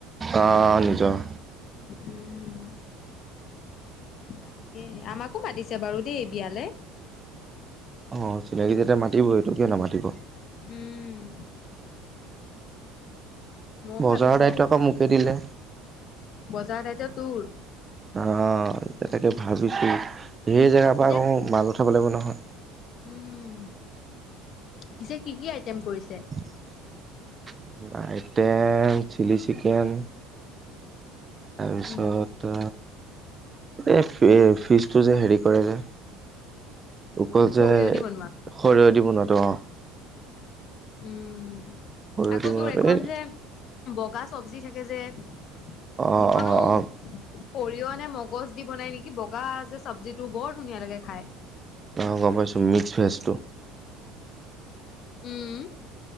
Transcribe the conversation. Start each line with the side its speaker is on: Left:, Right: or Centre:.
Right: অঁ নিজৰ-
Left: উম তাকে, আমাকো মাতিছে বাৰু দেই বিয়ালে।
Right: অ চিনাকি যেতিয়াটো মাতিবই কিয় নামাতিব।
Left: উম মই
Right: বজাৰৰ
Left: ভাবিছো
Right: দায়িত্ব আকৌ মোকে দিলে
Left: বজাৰ দায়িত্ব তোৰ।
Right: অঁ তাকে ভাবিছো ঢেৰ জেগাৰ পৰা
Left: এতিয়া
Right: আক মাল উঠাব লাগিব নহয়।
Left: উম, পিছে কি কি আইটেম কৰিছে।
Right: <unintelligible> আইটেম চিলি চিকেন- তাৰপিছত
Left: উম
Right: ত' এই ফিজটো যে হেৰি কৰে যে, অকল যে-
Left: সৰিয়হ
Right: সৰিয়হ
Left: দি বনোৱা
Right: দি বনাতো অঁ।
Left: উম
Right: সৰিয়হ
Left: আকৌ
Right: দি বনোৱাটো
Left: তোৰ এখন
Right: এই
Left: যে বগা চব্জি থাকে যে। সেইখনো
Right: অ অ অ
Left: সৰিয় নে মগজ দি বনাই নেকি? কি বগা যে চব্জিটো বৰ ধুনীয়া লাগে খায়।
Right: অ গম পাইছোঁ মিক্স ভেজটো।
Left: উম'।